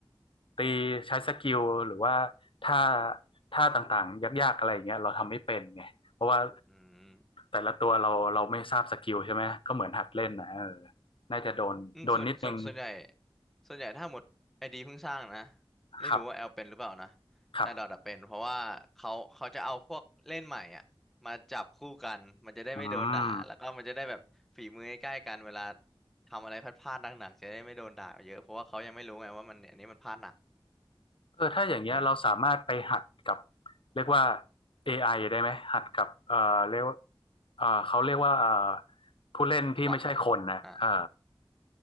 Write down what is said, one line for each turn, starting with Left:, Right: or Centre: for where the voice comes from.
Left: ตีใช้สกิลหรือว่าท่าท่าต่างๆยากๆอะไรอย่างเงี้ยเราทำไม่เป็นไงเพราะว่า
Centre: อืม
Left: แต่ละตัวเราเราไม่ทราบสกิลใช่ไหมก็เหมือนหัดเล่นนะเออน่าจะโดนโดนนิดนึง
Centre: อืมส่วนส่วนส่วนใหญ่ส่วนใหญ่ถ้าหมดไอดีเพิ่งสร้างนะไม่รู้ว่าแอลเป็นหรือเปล่านะ
Left: ครับครับ
Centre: แต่ดอทอะเป็นเพราะว่าเขาเขาจะเอาพวกเล่นใหม่อ่ะมาจับคู่กันมันจะได้ไม่โดนด่าแล้วก็มันจะได้แบบฝีมือใกล้ๆกันเวลา
Left: อืม
Centre: ทำอะไรพลาดๆหนักๆจะได้ไม่โดนด่าเยอะเพราะว่าเขายังไม่รู้ไงว่ามันอันนี้มันพลาดหนัก
Left: เออถ้าอย่างเงี้ยเราสามารถไปหัดกับ
Centre: เออ
Left: เรียกว่า AI ไอได้ไหมหัดกับ เอ่อเรียกว่าเอ่อเขาเรียกว่าเอ่อผู้เล่นที่ไม่ใช่คนนะเออ
Centre: บอทอ่ะ